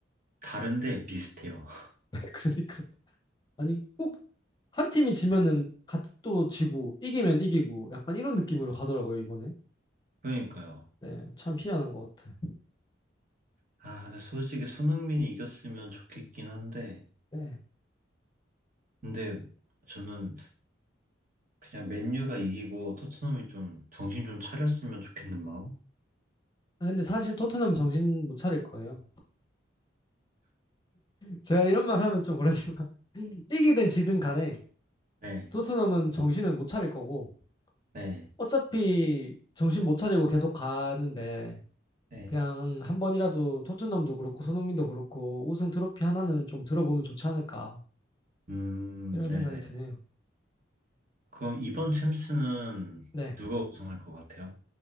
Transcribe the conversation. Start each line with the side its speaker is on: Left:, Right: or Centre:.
Right: 다른데 비슷해요. <laughs>
Left: <laughs> 그러니까 아니 꼭 한 팀이 지면은 같이 또 지고 이기면 이기고 약간 이런 느낌으로 가더라고요 이번에.
Right: 그러니까요.
Left: 네, 참 희한한 것 같아요.
Right: 아, 근데 솔직히 손흥민이 이겼으면 좋겠긴 한데,
Left: 네.
Right: 근데 저는 그냥 맨유가 이기고 토트넘이 좀 정신 좀 차렸으면 좋겠는 마음?
Left: 아, 근데 사실 토트넘 정신 못 차릴 거예요. 제가 이런 말 하면 좀 그렇지만 <laughs> 이기든 지든 간에
Right: 네,
Left: 토트넘은 정신을 못 차릴 거고
Right: 네,
Left: 어차피 정신 못 차리고 계속 가는데
Right: 네.
Left: 그냥 한 번이라도 토트넘도 그렇고 손흥민도 그렇고 우승 트로피 하나는 좀 들어보면 좋지 않을까
Right: 음,
Left: 이런
Right: 네네네.
Left: 생각이 드네요.
Right: 그럼 이번 챔스는
Left: 네,
Right: 누가 우승할 것 같아요?